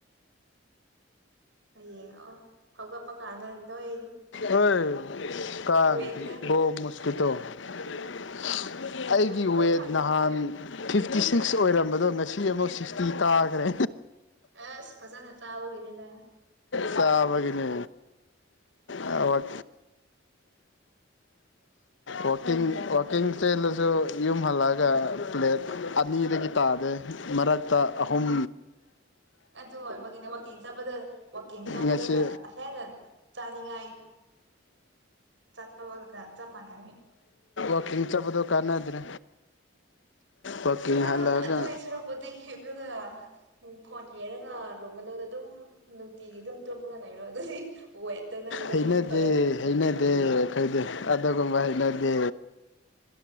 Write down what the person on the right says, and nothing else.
ꯌꯦꯡꯉꯣ ꯍꯧꯒꯠꯄ ꯀꯥꯟꯗꯥ ꯅꯣꯏ
ꯋꯦꯠꯇ
ꯋꯦꯠꯇꯣ
ꯍꯥꯟꯅꯗꯤ
ꯑꯁ ꯐꯖꯅ ꯆꯥꯕꯒꯤꯅꯤꯅ
ꯑꯗꯨ ꯑꯣꯏꯕꯒꯤ ꯋꯥꯛꯀꯤꯡ ꯆꯠꯄꯗ ꯋꯥꯛꯀꯤꯡ ꯆꯠꯄꯗꯅ
ꯍꯦꯟꯅ ꯆꯥꯅꯤꯡꯉꯥꯏ ꯆꯠꯄꯒ ꯆꯞ ꯃꯥꯟꯅꯅꯤ
ꯑ
ꯑꯗꯨ ꯁꯣꯔꯛꯄꯨꯗꯤ ꯍꯤꯞꯂꯒ ꯎ ꯐꯣꯟ ꯌꯦꯡꯔꯒ ꯔꯨꯝ ꯃꯅꯨꯡꯗ ꯑꯗꯨꯝ ꯅꯨꯡꯇꯤꯒꯤ ꯑꯗꯨꯝ ꯇꯨꯝꯒ ꯂꯩꯩꯅꯣ ꯑꯗꯨꯗꯤ ꯋꯦꯠꯇꯣ ꯅꯪꯒꯤꯗꯣ
ꯍꯟꯊꯔꯅꯤ